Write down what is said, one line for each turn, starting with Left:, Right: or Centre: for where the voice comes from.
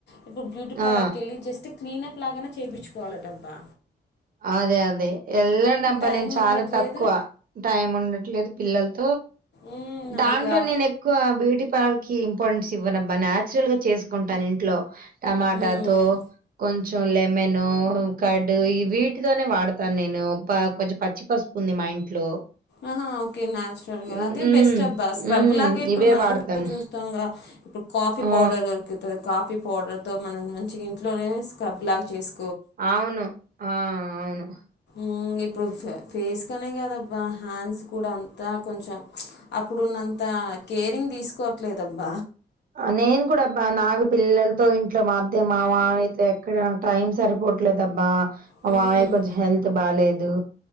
Left: ఇప్పుడు బ్యూటీ పార్లర్
Right: ఆ!
Left: కెళ్ళి జస్ట్ క్లీనప్ లాగానే చేపించుకోవాలటబ్బా
Right: అదే అదే ఎల్లడు అబ్బా
Left: టైం
Right: నేను చాలా
Left: ఉండట్లేదు
Right: తక్కువ టైం ఉండట్లేదు పిల్లల్ అ
Left: ఉమ్,
Right: దాంట్లో
Left: అయ్యా
Right: నేను ఎక్కువ బ్యూటీ పార్లర్ ఇంపార్టెన్స్ ఇవ్వనబ్బా న్యాచురల్ గా చేసు ఉంటాను ఇంట్లో టమాటాతో
Left: ఉమ్.
Right: కొంచెం పోన్లే మెనూ కర్డు ఇవి ఇంటితోనే వాడతాను నేనుబ్బ కొంచెం పచ్చి పసుపు ఉంది మా ఇంట్లో
Left: ఆహా ఓకే నాచురల్ గా
Right: హ్మ్.
Left: అదే
Right: హ్మ్.
Left: బెస్ట్ అబ్బా స్క్రబ్
Right: హ్మ్.
Left: లాగా ఇప్పుడు
Right: ఇవే
Left: మనం
Right: వాడతాను.
Left: కూడా చూస్తాము కదా ఇప్పుడు కాఫీ
Right: ఆ!
Left: పౌడరు ఇక్ కాఫీ పౌడర్ తో మనం మంచి ఇంట్లోనే స్క్రబ్ లాగా చేసి
Right: అవును ఆ అవును
Left: మ్ ఇప్పుడు ఫే ఫేస్ కనే కాదు వా హ్యాండ్స్ కూడా అన్ తా కొంచెం ఇచ్ అప్ ఇప్పుడున్నంత కేరింగ్ తీసుకో లేదబ్బ
Right: ఆ నేన్ గుడా బా నాగ్ పిల్లలతో ఇంట్లో మా అయితే మా మావయ్య అయితే ఎక్కడ టైం సరిపోవట్లేదబ్బా మా
Left: హ్మ్.
Right: మావయ్య కొంచెం హెల్త్ బాలేదు